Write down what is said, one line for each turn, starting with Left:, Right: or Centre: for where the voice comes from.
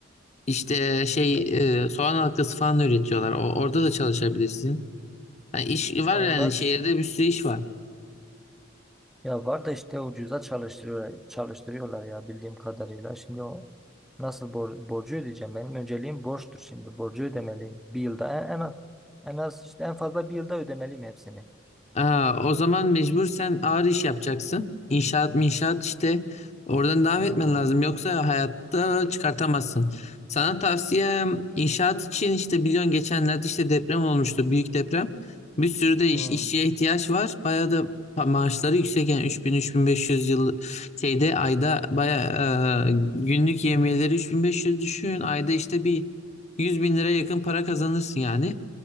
Left: İşte şey
Centre: Ya,
Left: e, soğan halkası falan üretiyorlar. O- orada da çalışabilirsin. Yani iş var
Centre: ya onlar
Left: yani şehirde
Centre: şimdi
Left: bir sürü iş var.
Centre: ya var da işte ucuza çalıştırıyorlar, çalıştırıyorlar ya bildiğim kadarıyla. Şimdi o Nasıl bor borcu ödeyeceğim? Benim önceliğim borçtur şimdi. Borcu ödemeliyim. Bir yılda en, en az en az işte en fazla bir yılda ödemeliyim hepsini.
Left: Aa, o zaman mecbur sen ağır iş yapacaksın. İnşaat inşaat işte oradan devam
Centre: Hmm,
Left: etmen lazım. Yoksa hayatta çıkartamazsın. Sana tavsiyem inşaat için işte biliyorsun geçenlerde işte deprem olmuştu. Büyük deprem. Bir sürü de iş,
Centre: hmm,
Left: işçiye ihtiyaç var. Bayağı da pa- maaşları yüksek yani 3000-3500 yıl şeyde ayda bayağı e, günlük yemiyeleri 3500 düşün. Ayda işte bir 100 bin lira yakın para kazanırsın yani.